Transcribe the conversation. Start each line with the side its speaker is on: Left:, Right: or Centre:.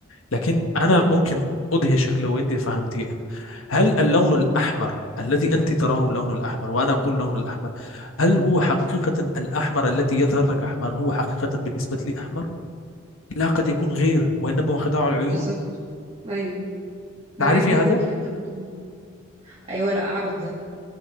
Left: لكن أنا
Right: امم
Left: ممكن أدهشك لو أنت فهمتي هل اللون الأحمر الذي أنت تراه اللون الأحمر وأنا أقول لون الأحمر هل هو حقيقة الأحمر الذي يظهر لك أحمر هو حقيقة بالنسبة لي أحمر؟ لا قد يكون غير وإنما هو خداع العيون
Right: بالظبط ايوه معاك
Left: تعرفي
Right: جدا
Left: هذا؟
Right: في اللي انت بتقوله ايوه لا اعرف ده